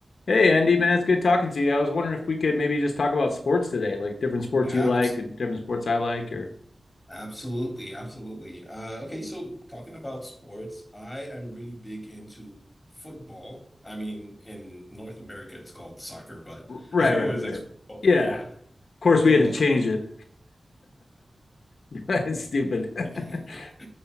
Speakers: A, on the left (about 80°); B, on the left (about 25°).
A: Hey Andy, man, it's good talking to you. I was wondering if we could maybe just talk about sports today, like different sports
B: Yeah,
A: you like
B: abs-
A: and different sports I like, or
B: absolutely, absolutely. Uh, okay, so talking about sports, I am really big into football. I mean, in North America, it's called soccer, but <laughs>
A: Right,
B: I
A: right,
B: know it's,
A: right.
B: it's football.
A: yeah.
B: Yeah.
A: Of course,
B: So,
A: we had to change it. <laughs> It's stupid.
B: <laughs>
A: <laughs>